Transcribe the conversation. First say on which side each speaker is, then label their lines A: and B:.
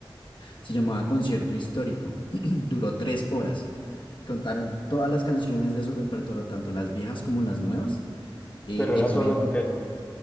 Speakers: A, on the left; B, on the left.
A: Se llamaba Concierto Histórico. <clears throat> Duró tres horas y contaron todas las canciones de su repertorio, tanto las viejas como las nuevas. Y,
B: Pero era
A: y también
B: solo Don Teto.